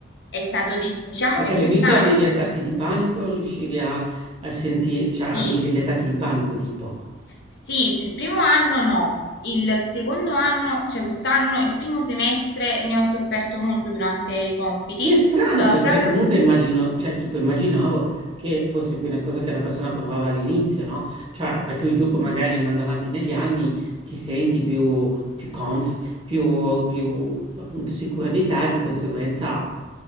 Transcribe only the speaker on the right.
Perché
all'inizio
avevi attacchi di panico, riuscivi a, a sentire, cioè avevi
degli attacchi di panico tipo.
Che è strano,
perché
comunque immagino, cioè, tipo, immaginavo che fosse più una cosa che una persona provava all'inizio, no? Cioè, per cui dopo, magari andando avanti negli anni, ti senti più, più conf, più, più, appunto, sicura di te, di conseguenza.